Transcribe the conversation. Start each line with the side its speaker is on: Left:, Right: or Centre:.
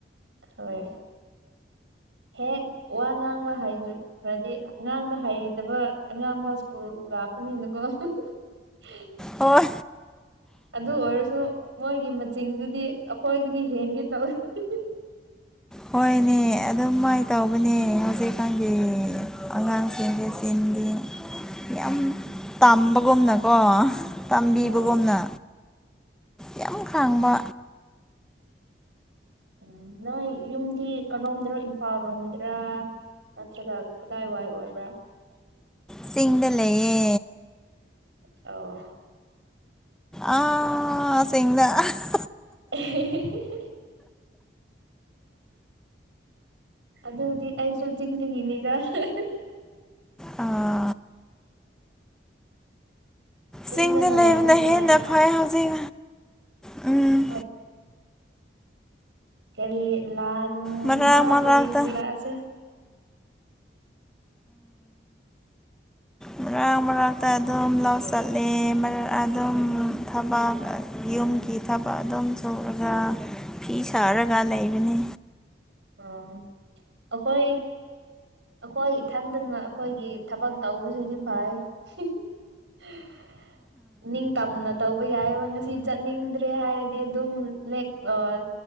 Right: ꯍꯣꯏ ꯍꯦꯛ ꯋꯥ ꯉꯥꯡꯕ ꯍꯥꯏꯗ꯭ꯔ ꯈ꯭ꯔꯗꯤ ꯉꯥꯡꯕ ꯍꯩꯇꯕ ꯑꯉꯥꯡ ꯐꯧ ꯁ꯭ꯀꯨꯜ ꯂꯥꯛꯄꯅꯤꯅꯀꯣ <unintelligible> <unintelligible>
Centre: ꯍꯣꯏ
Right: ꯑꯗꯨ ꯑꯣꯏꯔꯁꯨ ꯃꯣꯏꯒꯤ ꯃꯆꯤꯡꯗꯨꯗꯤ ꯑꯩꯈꯣꯏꯗꯒꯤ ꯍꯦꯟꯒꯦ ꯇꯧꯏ <unintelligible>
Centre: ꯍꯣꯏꯅꯦ ꯑꯗꯨꯝ ꯃꯥꯏ ꯇꯧꯕꯅꯦ ꯍꯧꯖꯤꯛꯀꯥꯟꯒꯤ ꯑꯉꯥꯡꯁꯤꯡꯒꯤ ꯆꯦꯟꯒꯤ ꯌꯥꯝ ꯇꯥꯝꯕꯒꯨꯝꯅꯀꯣ ꯇꯝꯕꯤꯕꯒꯨꯝꯅ
Right: ꯑꯥ
Centre: ꯌꯥꯝ ꯈꯥꯡꯕ
Right: ꯎꯝ ꯅꯣꯏ ꯌꯨꯝꯗꯤ ꯀꯔꯣꯝꯗꯔꯣ ꯏꯝꯐꯥꯜ ꯔꯣꯝꯗ꯭ꯔꯥ ꯅꯠꯇ꯭ꯔꯒ ꯀꯗꯥꯏ ꯋꯥꯏ ꯑꯣꯏꯕ꯭ꯔꯥ
Centre: ꯆꯤꯡꯗ ꯂꯩꯌꯦ
Right: ꯑꯥꯎ
Centre: ꯑꯥ ꯁꯦꯡꯗ <unintelligible>
Right: <unintelligible> ꯑꯗꯨꯗꯤ ꯑꯩꯁꯨ ꯆꯤꯡꯗꯒꯤꯅꯤꯗ <unintelligible>
Centre: ꯑ
Right: ꯆꯤꯡꯗꯅ
Centre: ꯆꯤꯡꯗ ꯂꯩꯕꯅ
Right: ꯂꯩꯕ ꯅꯨꯡꯉꯥꯏꯔꯦ
Centre: ꯍꯦꯟꯅ ꯐꯩ ꯍꯧꯖꯤꯛ ꯎꯝ
Right: <unintelligible> ꯀꯔꯤ ꯂꯥꯟ
Centre: ꯃꯔꯛ
Right: ꯃꯥꯒꯔꯤ
Centre: ꯃꯔꯛꯇ
Right: ꯀꯔꯤ ꯂꯥꯛꯑꯁꯦ
Centre: ꯃꯔꯥꯛ ꯃꯔꯥꯛꯇ ꯑꯗꯨꯝ ꯂꯧ ꯆꯠꯂꯦ ꯃꯔ ꯑꯗꯨꯝ ꯊꯕꯥꯛ ꯌꯨꯝꯒꯤ ꯊꯕꯛ ꯑꯗꯨꯝ ꯁꯧꯔꯒ ꯐꯤ ꯁꯥꯔꯒ ꯂꯩꯕꯅꯤ
Right: ꯑꯣ ꯑꯈꯣꯏ ꯑꯈꯣꯏ ꯏꯊꯟꯗꯅ ꯑꯩꯈꯣꯏꯒꯤ ꯊꯕꯛ ꯇꯧꯕꯁꯤꯗꯤ ꯐꯥꯏ <unintelligible> ꯅꯤꯡꯇꯝꯅ ꯇꯧꯕ ꯌꯥꯏꯌꯦꯕ ꯉꯁꯤ ꯆꯠꯅꯤꯡꯗ꯭ꯔꯦ ꯍꯥꯏꯔꯗꯤ ꯑꯗꯨꯝ ꯂꯦꯛ ꯂꯣꯜ